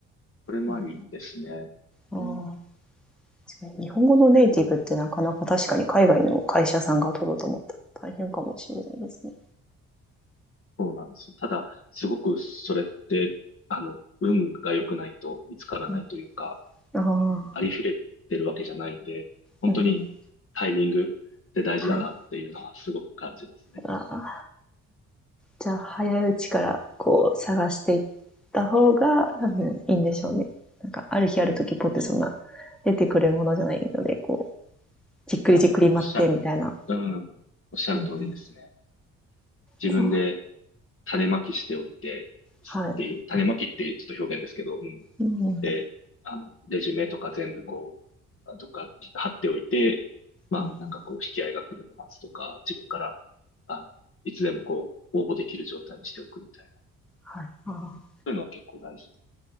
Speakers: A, on the left (about 45°); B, in the centre.
A: これもありですね。
B: うん、ああ、
A: うん。
B: 確かに。日本語のネイティブってなかなか確かに海外の会社さんが取ろうと思ったら大変かもしれないですね。
A: そうなんですよ。ただ、すごくそれって、あの、運が良くないと見つからないというか、
B: うん、あ
A: ありふれてるわけじゃないんで、本当にタイミングって大事だなっていうのはすごく感じますね。
B: あ、うん、はい。ああ、じゃあ、早いうちからこう探していった方が多分いいんでしょうね。なんか、ある日ある時ポってそんな
A: そ
B: 出てくるものじゃないので、こう、じっくりじっくり待ってみたいな。
A: ういや、ほんおっしゃる、うん、おっしゃる通りですね。
B: うん
A: 自分で
B: そう。
A: 種まきしておいて、
B: はい。
A: っていう、種まきってちょっと表現ですけど、うん
B: うん。
A: で、あの、レジュメとか全部こう、とか貼っておいて、まあ、
B: うん
A: なんかこう、引き合いが来るのを待つとか、自分から、あの、いつでもこう、応募できる状態にしておくみたいな。そ
B: はい。あ
A: ういうのは結構大事。